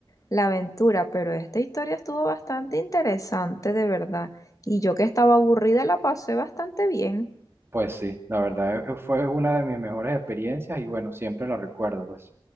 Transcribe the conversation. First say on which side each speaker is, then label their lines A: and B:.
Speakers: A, on the left; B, on the right.
A: la aventura, pero esta historia estuvo bastante interesante, de verdad. Y yo que estaba aburrida la pasé bastante bien.
B: Pues sí, la verdad eh, fue una de mis mejores experiencias y bueno, siempre la recuerdo, pues.